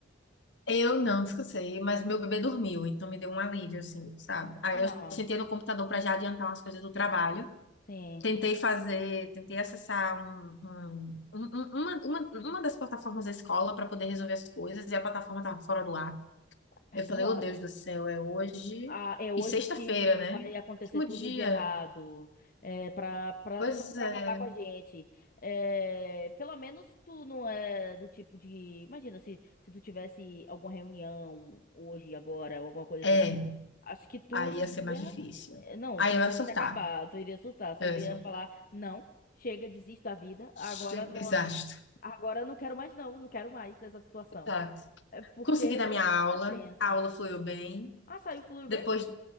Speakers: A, on the left; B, on the left.
A: Eu não descansei, mas meu bebê dormiu, então me deu um alívio, assim, sabe? Aí
B: Ah,
A: eu sentei no computador para já adiantar umas coisas do trabalho.
B: sim.
A: Tentei fazer, tentei acessar um, um- um- um- uma, uma, uma das plataformas da escola para poder resolver as coisas e a plataforma estava fora do ar.
B: É
A: Eu falei,
B: claro.
A: oh Deus do céu, é hoje
B: Ah, é hoje
A: e sexta-feira,
B: que
A: né?
B: vai acontecer
A: Último
B: tudo
A: dia.
B: de errado, é, pra, pra,
A: Pois
B: só pra
A: é.
B: acabar com a gente. É, pelo menos tu não é do tipo de. Imagina se, se tu tivesse alguma reunião hoje, agora, ou alguma coisa
A: É,
B: assim. A- Acho que tu
A: aí
B: iria.
A: ia ser mais difícil.
B: Não,
A: Aí
B: tu iria
A: eu ia surtar.
B: se acabar, tu iria assustar, tu
A: Eu
B: iria
A: ia surtar.
B: falar: não, chega, desisto da vida,
A: Che-
B: agora não.
A: Exausto.
B: há- Agora não quero mais, não, não quero mais essa situação.
A: Exato.
B: É porque
A: Consegui dar minha aula,
B: é tenso.
A: a aula fluiu bem,
B: Ah, saiu, flui
A: depois
B: bem?